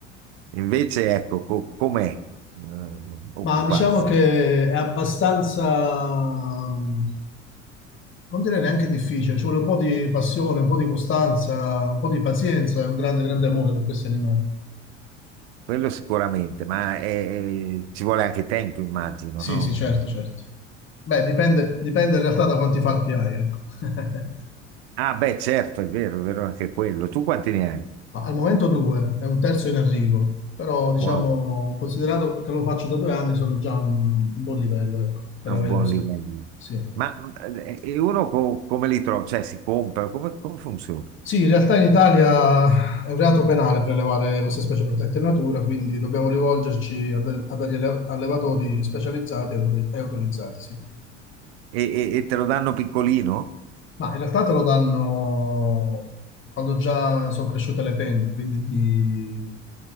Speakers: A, on the right; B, on the left.
A: Invece, ecco, co- com'è eh, occuparsene?
B: Ma diciamo che è abbastanza, mm, non direi neanche difficile, ci vuole un po' di passione, un po' di costanza, un po' di pazienza e un grande, grande amore per questi animali.
A: Quello sicuramente, ma è- è- ci vuole anche tempo, immagino,
B: Sì,
A: no?
B: sì, certo, certo. Beh, dipende, dipende in realtà da quanti fatti hai, ecco. <laughs>
A: Ah, beh, certo, è vero, è vero anche quello. Tu quanti ne hai?
B: Ma al momento due, è un terzo in arrivo, però diciamo,
A: Wow,
B: considerato che lo faccio da due anni, sono già un, un buon livello, ecco, per
A: è un
B: avere
A: buon
B: così.
A: livello.
B: Sì.
A: Ma eh, e uno co- come li trova? Cioè, si compra? Come, come funziona?
B: Sì, in realtà in Italia è un reato penale prelevare queste specie protette in natura, quindi dobbiamo rivolgerci a, de- a degli alle- allevatori specializzati e autori- e autorizzati, sì.
A: E, e- e te lo danno piccolino?
B: Ma in realtà te lo danno quando già sono cresciute le penne, quindi di,